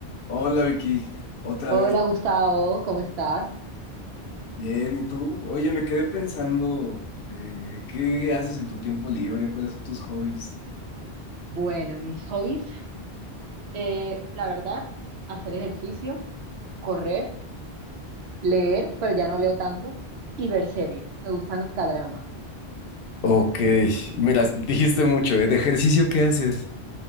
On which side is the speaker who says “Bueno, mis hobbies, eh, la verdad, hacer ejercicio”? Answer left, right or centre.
Right